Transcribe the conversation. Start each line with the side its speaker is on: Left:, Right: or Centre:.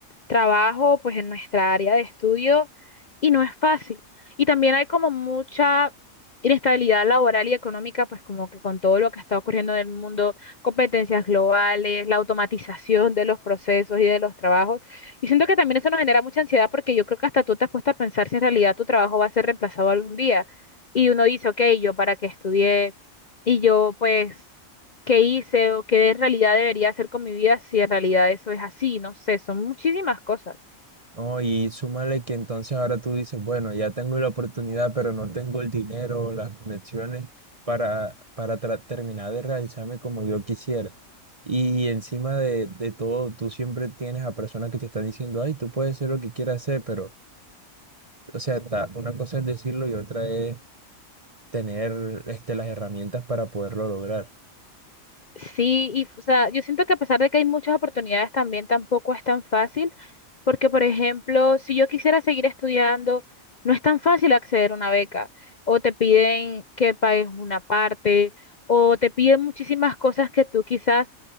Left: trabajo pues en nuestra área de estudio y no es fácil. Y también hay como mucha inestabilidad laboral y económica, pues como que con todo lo que está ocurriendo en el mundo, competencias globales, la automatización de los procesos y de los trabajos. Y siento que también eso nos genera mucha ansiedad porque yo creo que hasta tú te has puesto a pensar si en realidad tu trabajo va a ser reemplazado algún día. Y uno dice, ok, yo para qué estudié y yo pues qué hice o qué en realidad debería hacer con mi vida si en realidad eso es así, no sé, son muchísimas cosas.
Right: No, y súmale que entonces ahora tú dices, bueno, ya tengo la oportunidad, pero no tengo el dinero, o las conexiones para, para tra- terminar de realizarme como yo quisiera. Y encima de, de todo, tú siempre tienes a personas que te están diciendo, ay, tú puedes hacer lo que quieras hacer, pero, o sea, ta- una cosa es decirlo y otra es tener este, las herramientas para poderlo lograr.
Left: Sí, y o sea, yo siento que a pesar de que hay muchas oportunidades también tampoco es tan fácil, porque por ejemplo, si yo quisiera seguir estudiando, no es tan fácil acceder a una beca, o te piden que pagues una parte, o te piden muchísimas cosas que tú quizás